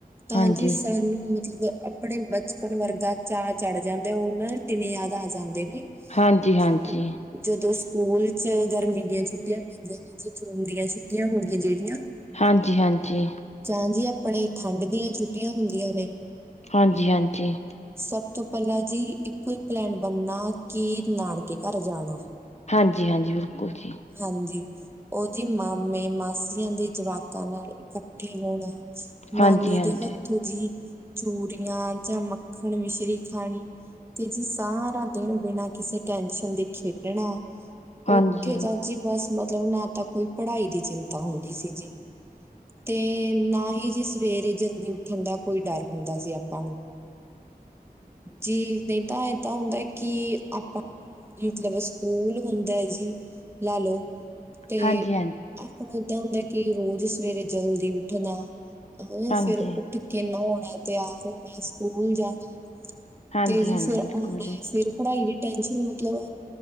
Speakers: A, on the right; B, on the left.
A: <unintelligible>
B: ਹਾਂਜੀ
A: ਆਪਣੇ ਬਚਪਨ ਵਰਗਾ ਚਾਅ ਚੜ੍ਹ ਜਾਂਦਾ, ਉਹਨਾਂ ਦੇ ਦਿਨ ਯਾਦ ਆ ਜਾਂਦੇ ਨੇ।
B: ਹਾਂਜੀ-ਹਾਂਜੀ।
A: ਕਿ ਜਦੋਂ ਸਕੂਲ ਚ ਗਰਮੀ ਦੀਆਂ ਛੁੱਟੀਆਂ ਪੈਂਦੀਆਂ ਨੇ, ਜੀ ਜੂਨ ਦੀਆਂ ਛੁੱਟੀਆਂ ਹੋ ਗਈਆਂ ਜਿਹੜੀਆਂ।
B: ਹਾਂਜੀ-ਹਾਂਜੀ।
A: ਜਾਂ ਜੀ ਆਪਣੇ ਠੰਡ ਦੀਆਂ ਛੁੱਟੀਆਂ ਹੁੰਦੀਆਂ ਨੇ।
B: ਹਾਂਜੀ-ਹਾਂਜੀ।
A: ਸਭ ਤੋਂ ਪਹਿਲਾਂ ਜੀ ਇੱਕੋ ਹੀ ਪਲੈਨ ਬਣਨਾ ਕਿ ਨਾਨਕੇ ਘਰ ਜਾਣਾ।
B: ਹਾਂਜੀ-ਹਾਂਜੀ ਬਿਲਕੁਲ ਜੀ।
A: ਹਾਂਜੀ ਉਹਜੀ ਮਾਮੇ ਮਾਸਿਆ ਦੇ ਜਵਾਕਾਂ ਨਾਲ ਇਕਠ। ਇਕੱਠੇ ਹੋਣਾ ਨਾਨੀ
B: ਹਾਂਜੀ ਹਾਂਜੀ ਹਾਂਜੀ
A: ਦੇ ਹੱਥ।
B: ਹਾਂਜੀ
A: ਜੀ ਚੂਰੀਆਂ ਜਾਂ ਮੱਖਣ ਮਿਸ਼ਰੀ ਖਾਣੀ। ਤੇ ਜੀ ਸਾਰਾ ਦਿਨ ਬਿਨਾਂ ਕਿਸੇ ਟੈੈਂਨਸ਼ਨ ਦੇ ਖੇਡਣਾ।
B: ਹਾਂਜੀ
A: ਓਥੇ ਤਾਂ ਜੀ ਬਸ ਮਤਲਬ ਨਾ ਤਾਂ ਕੋਈ ਪੜਾਈ ਦੀ ਚਿੰਤਾ ਹੁੰਦੀ ਸੀ ਜੀ ਤੇ, ਨਾਹੀ ਜੀ ਸਵੇਰੇ ਜਲਦੀ ਉਠਨ ਦਾ ਕੋਈ ਡਰ ਹੁੰਦਾ ਸੀ ਆਪਾਂ ਨੂ ਜੀ ਨਈ ਤਾਂ ਏਦਾਂ ਹੁੰਦੈ ਕਿ, ਆਪਾਂ, ਮਤਲਬ ਸਕੂਲ ਹੁੰਦਾ ਜੀ, ਲਾਲੋ ਤੇ
B: ਹਾਂਜੀ
A: ਹੁਣ ਏਦਾਂ ਹੁੰਦਾ ਕਿ ਰੋਜ ਸਵੇਰੇ ਜਲਦੀ ਉਠਨਾ,
B: ਹਾਂਜੀ
A: ਫਿਰ ਕਿਨਾ ਹੋਣਾ ਤੇਆਰ ਹੋਣਾ ਸੂਕੂਲ ਜਾਣਾ
B: ਹਾਂਜੀ
A: ਤੇ ਜੀ
B: ਹਾਂਜੀ
A: ਫੇਰ
B: ਬਿਲਕੁਲ
A: ਓਣ
B: ਜੀ
A: ਫੇਰ ਪਢਾਈ ਦੀ ਟੈਨਸ਼ਨ ਮਤਲਬ,